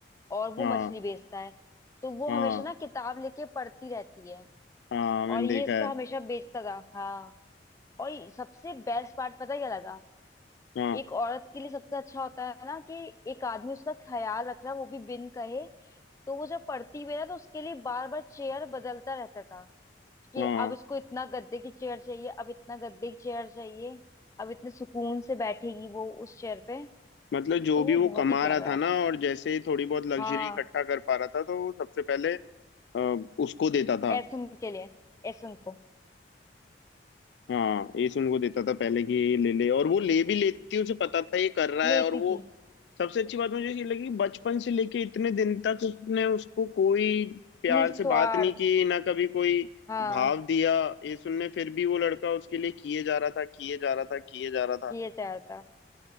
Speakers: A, on the left; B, on the left.
A: और वो
B: हाँ
A: मछली बेचता है तो वो
B: हाँ
A: हमेशा ना किताब लेके पढ़ती रहती है
B: हाँ मैंने
A: और ये
B: देखा
A: इसका
B: है
A: हमेशा बेचता था हाँ और सबसे बेस्ट पार्ट पता है क्या लगा
B: हाँ
A: एक औरत के लिए सबसे अच्छा होता है ना कि एक आदमी उसका ख्याल रख रहा है वो भी बिन कहे तो वो जब पढ़ती भी है ना तो उसके लिए बार बार चेयर बदलता रहता था कि
B: हाँ
A: अब इसको इतना गद्दे की चेयर चाहिए अब इतना गद्दे की चेयर चाहिए अब इतने सुकून से बैठेगी वो उस चेयर पे
B: मतलब
A: तो
B: जो भी
A: वो
B: वो
A: बहुत
B: कमा
A: ही प्यारा
B: रहा था
A: है
B: ना और जैसे ही थोड़ी बहुत लग्जरी
A: हाँ
B: इकट्ठा कर पा रहा था तो वो सबसे पहले अ, उसको देता था
A: ऐसुन के लिए ऐसुन को
B: हाँ एस उनको देता था पहले कि ये ले ले और वो ले भी लेती थी उसे पता था ये कर रहा
A: लेती
B: है और वो
A: थी
B: सबसे अच्छी बात मुझे ये लगी बचपन से लेके इतने दिन तक उसने उसको कोई प्यार
A: निस्वार्थ
B: से बात नहीं की ना कभी कोई
A: हाँ
B: भाव दिया ये सुनने फिर भी वो लड़का उसके लिए किए जा रहा था किए जा रहा था किए जा रहा था
A: ये चाहता